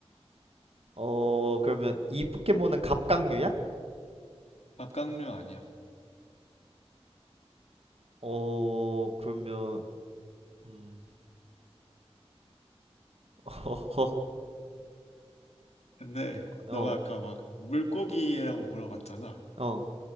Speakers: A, on the right; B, on the left.
A: 어, 그러면 이 포켓몬은 갑각류야?
B: 갑각류 아니야.
A: 어, 그러면, 음, <laughs>
B: 근데
A: 어허,
B: 너가
A: 어,
B: 아까 막 물고기라고 물어봤잖아.
A: 어,